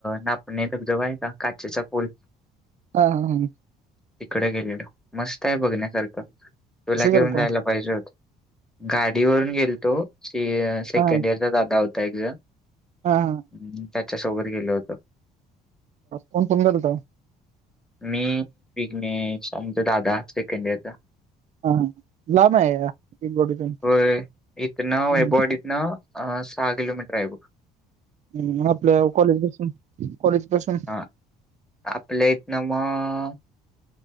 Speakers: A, in the centre; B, on the right.
A: ना पण इथं बी जवळ आहे का काचेचा पूल?
B: आ हा हा हाम,,
A: तिकडे गेलेल मस्त आहे, बघण्यासारखं तुला
B: कसं
A: घेऊन
B: गेलता
A: जायला पाहिजे होत. गाडी वरून गेलतो. से सेकंड
B: हा
A: ईयरचा दादा होता एकजण.
B: हा हा
A: हम्, त्याच्या सोबत गेलं होतं.
B: कोण कोण गेलता
A: मी विघ्नेश. आमचा दादा सेकंड ईयरचा.
B: हा लाम आहे. गोडीतून
A: हो इतन
B: हम्म
A: वैभवडी इतन सहा किलोमीटर आहे बग.
B: हम् आपल्या कॉलेज पासून कॉलेज पासून
A: हा आपल्या इथ न मग.